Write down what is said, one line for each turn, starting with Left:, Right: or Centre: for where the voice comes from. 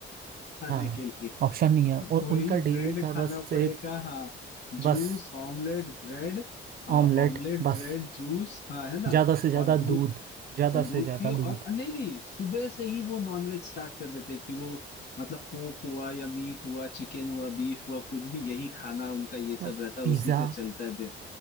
Left: खाने
Right: हाँ
Left: के लिए
Right: ऑप्शन नहीं है और
Left: वही
Right: उनका
Left: ब्रेड
Right: डेली का
Left: खाना
Right: बस
Left: पड़ेगा
Right: एक
Left: हाँ
Right: बस
Left: Juice omelette bread
Right: ऑमलेट
Left: omelette
Right: बस
Left: bread juice हाँ है ना
Right: ज़्यादा से ज़्यादा
Left: और दूध
Right: दूध ज़्यादा
Left: दूध
Right: से ज़्यादा
Left: पियो और
Right: दूध
Left: नहीं नहीं सुबह से ही वो नॉनवेज स्टार्ट कर देते हैं कि वो मतलब पोक हुआ या मीट हुआ चिकन हुआ बीफ हुआ कुछ भी यही खाना उनका ये
Right: बस
Left: सब रहता है
Right: पिज़्ज़ा
Left: और उसी से चलता है दिन